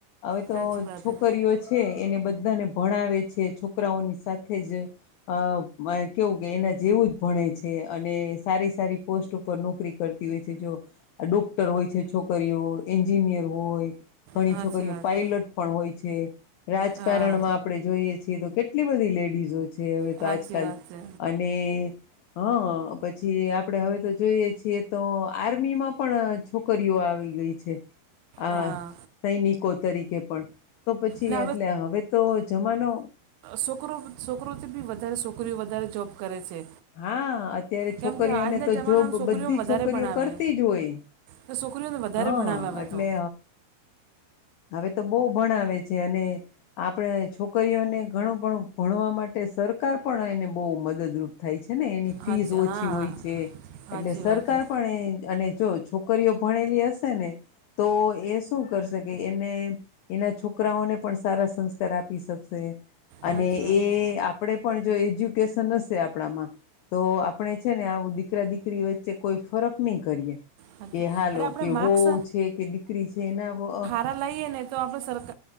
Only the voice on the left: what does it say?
હવે તો
છોકરીઓ
છે એને બધાને ભણાવે છે છોક છોકરાઓની સાથે જ અ કેવું કે એના જેવું જ ભણે છે અને સારી સારી પોસ્ટ ઉપર નોકરી કરતી હોય છે જો ડોક્ટર હોય છે છોકરીઓ, એન્જિનિયર હોય. ઘણી
છોકરીઓ
પાયલટ
પણ હોય છે. રાજકારણમાં
આપણે જોઈએ છીએ તો કેટલ એટલી બધી લેડીઝો છે હવે
તો આજકાલ
અન અને હ પછી આપણેે હવે તો જોઈએ છીએ તો આર્મીમાં પણ છોકરીઓ આવી ગઈ છે આ
સૈનિકો તરીકે પણ. તો પછી
એટલે હવે તો જમાનો
હા અત્યારે
છોકરીઓને
તો
જોબ
બધી
છોકરીઓ
કરતી જ હોય.
હા
એટલે
હવે તો બહુ ભણાવે છે અને આપણે છોકરીઓને ઘણું પણું ભણવા માટે સરકાર પણ એને બહુ મદદરૂપ થાય છે ને એની ફીસ
ઓછી
હોય છે.
એટલે સરકાર
પણ એ અને જો છો. છોકરીઓ ભણેલી હશે ને તો એ શું કરશે. ને એના છોકરાઓને પણ સારા સંસ્કાર આપી શકશે અને
એ
આપ આપડે પણ જો એજ્યુકેશન હશે આપણામાં તો આપણે છે ને આવું દીકરા દીકરી હોય વચ્ચે કોઈ ફરક નહી કરીએ
કે હાલો
કે
વહું છે કે દીકરી છે એના વ અ